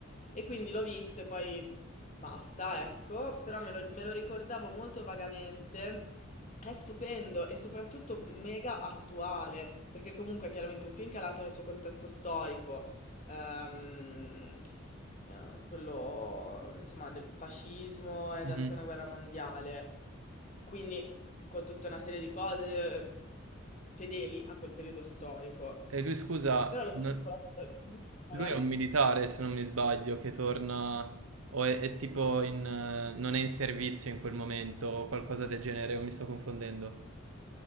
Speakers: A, on the left; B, on the right.
A: E quindi l'ho visto e poi Basta, ecco, però me lo, me lo ricordavo molto vagamente. È stupendo e soprattutto mega attuale, perché comunque è chiaramente un film calato nel suo contesto storico, ehm, eh, quello insomma del fascismo e
B: Mhm.
A: della seconda guerra mondiale, quindi con tutta una serie di cose eh, fedeli a quel periodo storico.
B: E lui, scusa,
A: Però allo stesso
B: no-
A: tempo... la storia- Mhm, Vai,
B: lui
A: vai.
B: è un militare, se non mi sbaglio, che torna o è, è tipo in... eh, non è in servizio in quel momento o qualcosa del genere, o mi sto confondendo?